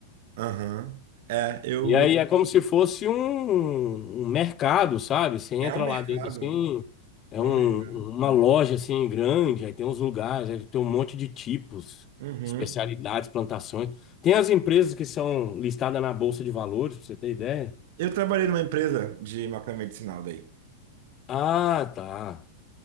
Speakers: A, on the right; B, on the left.
A: Aham. É, eu.
B: E aí é como se fosse um, um mercado, sabe? Você entra
A: É um mercado.
B: lá dentro assim, é
A: É
B: um-
A: um mercado.
B: uma loja assim grande, aí tem uns lugares, aí tem um monte de tipos,
A: Uhum.
B: especialidades, plantações. Tem as empresas que são listadas na Bolsa de Valores, pra você ter ideia.
A: Eu trabalhei numa empresa de maconha medicinal daí.
B: Ah, tá.